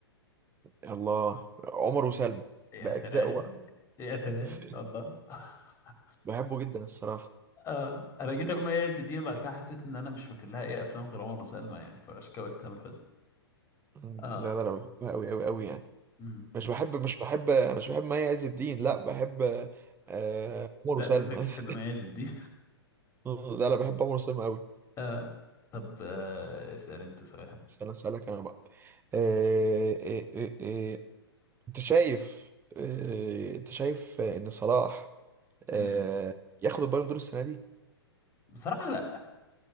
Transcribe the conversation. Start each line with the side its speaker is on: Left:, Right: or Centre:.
Right: الله عمر وسلمى
Left: يا
Right: باجزائه
Left: سلام
Right: بقى
Left: يا سلام
Right: <laughs>
Left: الله <laughs>
Right: بحبه جدا الصراحه
Left: اه انا جيت اقول مي عز الدين بعد كده حسيت ان انا مش فاكر لها ايه افلام غير عمر وسلمى يعني فعشان كده قلت تامر حسني
Right: مم.
Left: اه
Right: لا لا لا بحبها قوي قوي قوي يعني
Left: امم
Right: مش بحب مش بحب مش بحب مي عز الدين لا بحب آه عمر
Left: لا
Right: وسلمى
Left: شكلك بتحب مي
Right: <laughs>
Left: عز الدين
Right: لا لا بحب عمر وسلمى قوي
Left: <laughs> آه. طب آه. اسال انت سؤال
Right: استنى اسالك انا بقى آه آه آه آه. انت شايف اه انت شايف آه، ان صلاح اه
Left: امم
Right: ياخد البالون دور السنه دي
Left: بصراحه لا